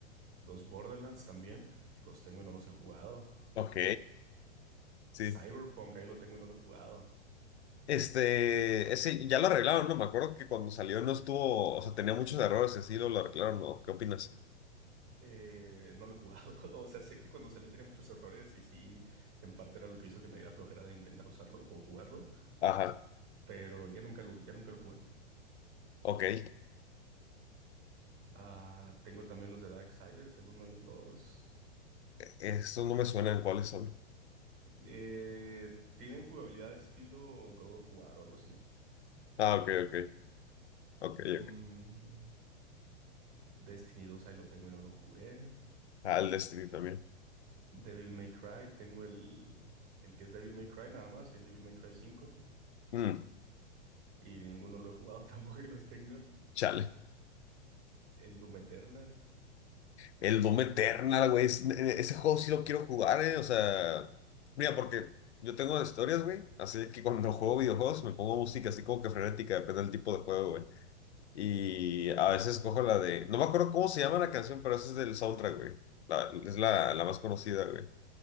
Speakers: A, on the right; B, on the left.
A: Los Borderlands también, los tengo y no los he jugado.
B: ok, sí.
A: Cyberpunk, ahí lo tengo y no lo he jugado.
B: Este, ese ya lo arreglaron, ¿no? Me acuerdo que cuando salió no estuvo, o sea, tenía muchos errores y así lo, lo arreglaron, ¿no? ¿Qué opinas?
A: Eh, no lo he jugado. <laughs> O sea, sé que cuando salió tenía muchos errores y sí, en parte era lo que hizo que me diera flojera de intentar usarlo o jugarlo,
B: Ajá,
A: pero ya nunca lo, ya nunca lo jugué.
B: ok.
A: Ah, tengo también los de Darksiders, el uno y el dos.
B: Estos no me suenan, ¿cuáles son?
A: Eh, tienen jugabilidad estilo God of War o algo así.
B: Ah, ok, ok, ok,
A: Mm,
B: ok.
A: Destiny 2 ahí lo tengo y no lo jugué.
B: Ah, el Destiny también.
A: Devil May Cry, tengo el, el que es Devil May Cry nada más y el Devil May Cry cinco
B: Mm,
A: Y ninguno lo he jugado, <laughs> tampoco y los tengo.
B: chale.
A: El Doom Eternal.
B: El Doom Eternal, güey. es- e- ese juego sí lo quiero jugar, ¿eh? O sea, mira, porque yo tengo historias, güey. Así que cuando juego videojuegos me pongo música así como que frenética, depende del tipo de juego, güey. Y a veces cojo la de. No me acuerdo cómo se llama la canción, pero esa es del soundtrack, güey. La- es la, la más conocida, güey.